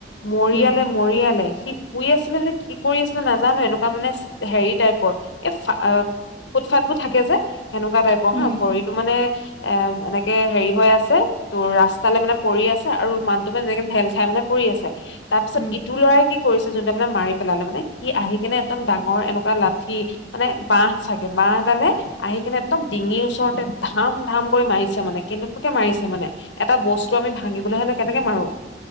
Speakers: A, on the left; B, on the left.
A: মৰিয়ালে
B: উম
A: মৰিয়ালে সি শুই আছিলে নে কি কৰি আছিলে নাজানো এনেকুৱা মানে হেৰি টাইপৰ এ ফ ফুট ফট বোৰ থাকে যে সেনেকুৱা টাইপৰ
B: উম
A: হা ভৰিত তটো মানে এ এনেকে হেৰি হৈ আছে তোৰ ৰাস্তালৈ মানে পৰি আছে আৰু মানুটো মানে যেনেক ঢেল খাই মানে পৰি আছে তাৰপিছত
B: উম
A: ইটো লৰাই কি পৰিছে যোনটো মানে মাৰি পেলালে, মানে সি আহি কেনে একদম ডাঙৰ এনেকুৱা লাঠি মানে বাহ চাগে, বাহ এডালে আহি কিনে একদম ডিঙিৰ ওচৰতে ধাম ধাম কৰি মাৰিছে, মানে কেনেকুৱাকে মাৰিছে মানে। এটা বস্তু আমি ভাঙিবলৈ হ'লে কেনেকে মাৰো?